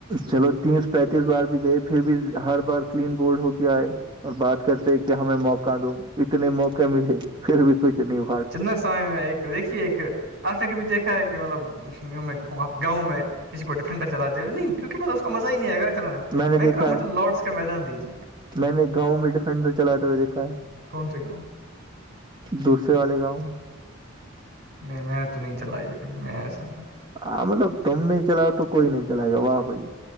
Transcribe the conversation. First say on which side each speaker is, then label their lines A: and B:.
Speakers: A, on the right; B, on the right.
A: چلو تیس پینتیس بار بھی گئے پھر بھی ہر بار کلین بورڈ ہو کے آئے اور بات کرتے کہ ہمیں موقع دو اتنے موقع ملے پھر بھی کچھ نہیں ہو
B: چنا سمے میں ایک دیکھیے ایک آپ نے کبھی دیکھا ہے کہ مطلب یوں میں کہوں آپ گاؤں میں کسی کو ڈیفینڈر چلاتے ہوئے نہیں کیونکہ اس کو مزہ ہی نہیں آئے گا چلانے میں
A: نے
B: میں کر
A: دیکھا
B: رہا ہ
A: ہے
B: مجھے لارڈس کا میدان دیجے
A: میں نے گاؤں میں ڈیفینڈر چلاتے ہوئے دیکھا ہے
B: کون سے گاؤں میں
A: دوسرے والے گاؤں میں
B: نہیں میں نے تو نہیں چلائی ہے کبھی میں ایسا نہیں کہ س
A: ہاں مطلب تم نہیں چلاؤ تو کوئی نہیں چلائے گا واہ بھائی